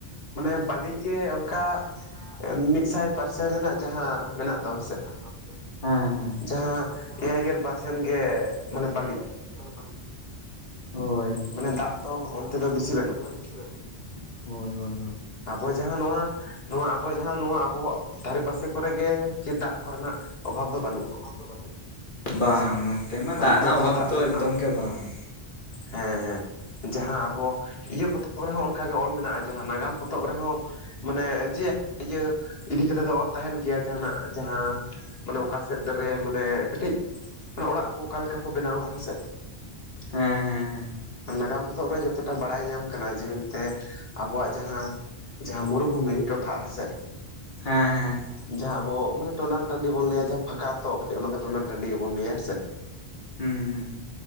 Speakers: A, on the left (about 65°); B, on the left (about 50°).
A: ᱢᱟᱱᱮ ᱵᱟᱞᱤ ᱜᱮ ᱚᱱᱠᱟ᱾
B: ᱚᱱᱠᱟ
A: ᱢᱤᱫᱥᱟᱭ ᱯᱟᱨᱥᱮᱱ
B: ᱢᱤᱫᱥᱟᱭ
A: ᱨᱮᱱᱟᱜ
B: ᱯᱟᱨᱥᱮᱱ
A: ᱡᱟᱦᱟᱸ
B: ᱨᱮᱱᱟᱜ
A: ᱢᱮᱱᱟᱜ
B: ᱡᱟᱦᱟᱸ
A: ᱫᱚ ᱦᱮᱸᱥᱮ
B: ᱢᱮᱱᱟᱜ ᱛᱟᱢ ᱥᱮ ᱦᱮᱸ ᱦᱮᱸ᱾
A: ᱡᱟᱦᱟᱸ
B: ᱡᱟᱦᱟᱸ
A: ᱮᱭᱟᱭ ᱜᱮᱞ ᱯᱟᱨᱥᱮᱱ
B: ᱮᱭᱟᱭ
A: ᱜᱮ
B: ᱜᱮᱞ ᱯᱟᱸᱪ
A: ᱢᱟᱱᱮ ᱵᱟᱹᱞᱤ
B: ᱜᱮ ᱢᱟᱱᱮ ᱵᱟᱞᱤ᱾ ᱦᱳᱭ,
A: ᱢᱟᱱᱮ ᱫᱟᱜ ᱫᱚ
B: ᱢᱟᱱᱮ
A: ᱚᱱᱛᱮ
B: ᱫᱟᱜ ᱫᱚ
A: ᱵᱮᱥᱤ ᱵᱟᱹᱱᱩᱜᱼᱟ
B: ᱚᱱᱛᱮ ᱵᱮᱥᱤ ᱵᱟᱹᱱᱜ-ᱟ ᱦᱳᱭ ᱦᱳᱭ᱾
A: ᱟᱵᱚ ᱡᱟᱦᱟᱸ ᱱᱚᱣᱟ᱾ ᱱᱚᱣᱟ ᱟᱵᱚ ᱡᱟᱦᱟᱸ ᱱᱚᱣᱟ ᱟᱵᱚᱣᱟᱜ ᱫᱷᱟᱨᱮ ᱯᱟᱥᱮ ᱠᱚᱨᱮ ᱜᱮ ᱪᱮᱫ ᱫᱟᱜ ᱠᱚᱨᱮᱱᱟᱜ ᱚᱵᱷᱟᱵᱽ ᱫᱚ ᱵᱟᱹᱱᱩᱜᱼᱟ᱾
B: ᱚᱵᱷᱟᱵᱽ ᱫᱚ ᱵᱟᱱᱩᱜ ᱵᱟᱝ ᱱᱚᱱᱛᱮ ᱢᱟ
A: ᱦᱟᱱᱛᱮ
B: ᱫᱟᱜ ᱨᱮᱱᱟᱜ ᱚᱵᱷᱟᱵᱽ
A: ᱫᱟᱜ
B: ᱫᱚ
A: ᱠᱚᱨᱮᱱᱟᱜ
B: ᱮᱠᱫᱚᱢ
A: ᱚᱵᱷᱟᱵᱽ
B: ᱜᱮ ᱵᱟᱝ᱾
A: ᱦᱮᱸ ᱦᱮᱸ᱾ ᱡᱟᱦᱟᱸ ᱟᱵᱚ ᱤᱭᱟᱹ ᱯᱚᱛᱚᱵ ᱨᱮᱦᱚᱸ ᱚᱱᱠᱟᱜᱮ ᱚᱞ ᱢᱮᱱᱟᱜᱼᱟ ᱡᱟᱦᱟᱸ ᱱᱟᱜᱟᱢ ᱯᱚᱛᱚᱵ ᱨᱮᱦᱚᱸ᱾ ᱢᱟᱱᱮ ᱡᱮ ᱤᱭᱟᱹ ᱤᱫᱤ ᱠᱟᱛᱮᱜ ᱫᱚ ᱚᱞ ᱛᱟᱦᱮᱱ ᱜᱮᱭᱟ ᱡᱟᱦᱟᱸ ᱱᱟᱜ ᱡᱟᱦᱟᱸ᱾ ᱢᱟᱱᱮ ᱚᱠᱟ ᱥᱮᱫ ᱨᱮ ᱢᱟᱱᱮ ᱠᱟᱹᱴᱤᱡ ᱚᱲᱟᱜ ᱠᱚ ᱚᱠᱟ ᱞᱮᱠᱟ ᱠᱚ ᱵᱮᱱᱟᱣᱟ ᱦᱮᱸᱥᱮ᱾
B: ᱦᱮᱸ ᱦᱮᱸ᱾ ᱦᱮᱸ
A: ᱱᱟᱜᱟᱢ ᱯᱚᱛᱚᱵ ᱨᱮ ᱡᱚᱛᱚᱴᱟ ᱵᱟᱲᱟᱭ ᱧᱟᱢ ᱠᱟᱱᱟ ᱡᱮ ᱢᱮᱱᱛᱮ ᱟᱵᱚᱣᱟᱜ ᱡᱟᱦᱟᱸ᱾ ᱡᱟᱦᱟᱸ ᱢᱩᱨᱩᱵᱷᱩᱢᱤ ᱴᱚᱴᱷᱟ ᱦᱮᱸ ᱥᱮ᱾
B: ᱦᱮᱸ ᱦᱮᱸ᱾
A: ᱡᱟᱦᱟᱸ ᱟᱵᱚ, ᱢᱟᱱᱮ ᱴᱚᱰᱟᱝ ᱴᱟᱺᱰᱤ ᱵᱚᱱ ᱞᱟᱹᱭᱟ ᱡᱟᱦᱟᱸ ᱯᱷᱟᱠᱟ ᱛᱚ ᱠᱟᱹᱴᱤᱡ ᱚᱱᱟ ᱫᱚ ᱴᱚᱰᱟᱝ ᱴᱟᱺᱰᱤ ᱜᱮᱵᱚᱱ ᱞᱟᱹᱭᱟ ᱦᱮᱸ ᱥᱮ᱾
B: ᱦᱩᱸ ᱦᱩᱸ᱾